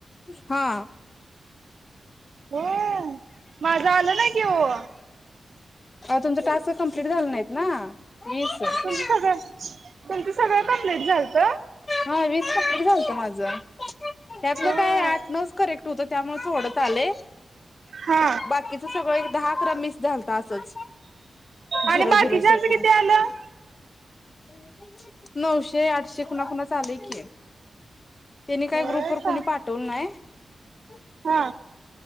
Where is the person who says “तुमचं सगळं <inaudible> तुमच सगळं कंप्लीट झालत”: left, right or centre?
Right